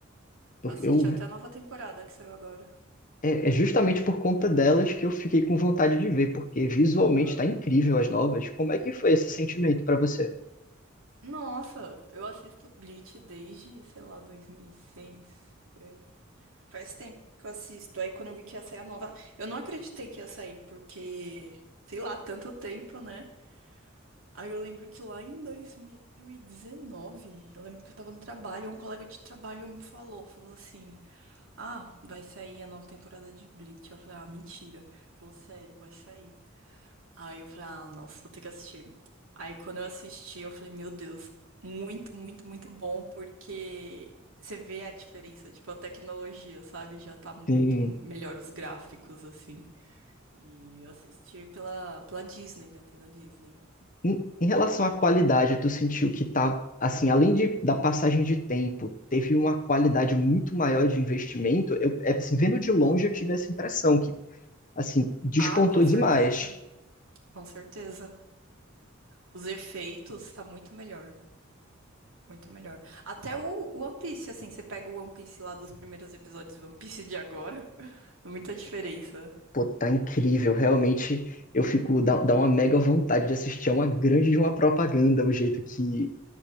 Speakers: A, on the left; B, on the right.
A: eu,
B: Assisti
A: eu
B: até a nova temporada que saiu agora.
A: É é justamente por conta delas que eu fiquei com vontade de ver, porque visualmente
B: Aham.
A: está incrível as novas. Como é que foi esse sentimento para você?
B: Nossa, eu assisto Bleach desde, sei lá, 2006, por aí. Faz tempo que eu assisto. Aí quando eu vi que ia sair a nova, eu não acreditei que ia sair, porque, sei lá, tanto tempo, né? Aí eu lembro que lá em 2019, eu lembro que eu tava no trabalho, um colega de trabalho me falou, falou assim: "Ah, vai sair a nova temporada de Bleach". Eu falei: "Ah, mentira". Ele falou: "Sério, vai sair". Aí eu falei, ah, nossa, vou ter que assistir. Aí quando eu assisti, eu falei, meu Deus, muito, muito, muito bom, porque você vê a diferença, tipo, a tecnologia, sabe? Já tá muito
A: Em,
B: melhor os gráficos, assim. E eu assisti pela, pela Disney, né? Tem na Disney.
A: em- em relação à qualidade, tu sentiu que tá, assim, além de, da passagem de tempo, teve uma qualidade muito maior de investimento? Eu, é, assim, vendo de longe, eu tive essa impressão que, assim, despontou
B: Ah, com certeza,
A: demais.
B: com certeza. Os efeitos tá muito melhor. Muito melhor. Até o o One Piece, assim, você pega o One Piece lá dos primeiros episódios e o One Piece de agora, <laughs> é muita diferença.
A: Pô, tá incrível, realmente. Eu fico, dá, dá uma mega vontade de assistir, é uma grande de uma propaganda, o jeito que